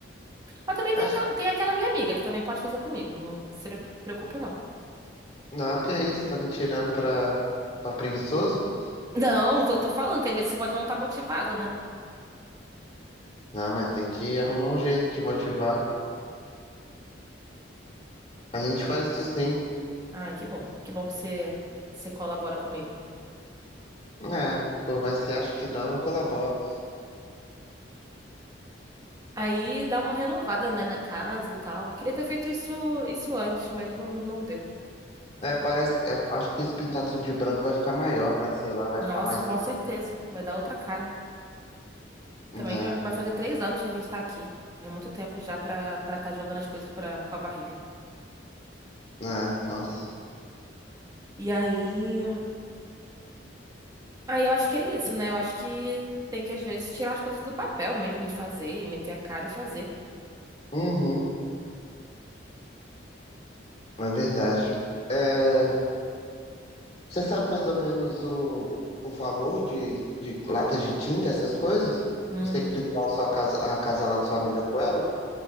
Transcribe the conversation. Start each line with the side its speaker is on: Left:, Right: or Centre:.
Right: Mas também
Left: Acho-
Right: tem aquela, tem aquela minha amiga que também pode fazer comigo. Não se preocupa, não.
Left: Não, que é isso, tá me tirando pra, pra preguiçoso?
Right: <laughs> Não, tô, tô falando que às vezes você pode não estar motivado, né?
Left: Não, mas tem que arrumar um jeito de motivar. A gente
Right: É.
Left: faz isso sim.
Right: Ai, que bom. Que bom que você, você colabora comigo.
Left: É, por mais que você ache que não, eu colaboro.
Right: Aí dá uma renovada, né, na casa e tal. Queria ter feito isso, isso antes, mas não, não deu.
Left: É, parece, é, acho que esse pintar tudo de branco vai ficar maior, né? Sei lá, vai
Right: Nossa,
Left: ficar mais.
Right: com
Left: Né,
Right: certeza. Vai dar outra cara. Também
Left: né,
Right: já vai fazer três anos que a gente tá aqui. É muito tempo já pra estar jogando as coisas pra, com a barriga.
Left: É, nossa.
Right: E aí. Aí eu acho que é isso, né? Eu acho que tem que, às vezes, tirar as coisas do papel mesmo e fazer, e meter a cara e fazer.
Left: Uhum, é verdade. É, Você sabe mais ou menos o, o valor de, de latas de tinta, essas coisas?
Right: Hum.
Left: Você que pintou a sua casa, a casa lá de sua amiga com ela?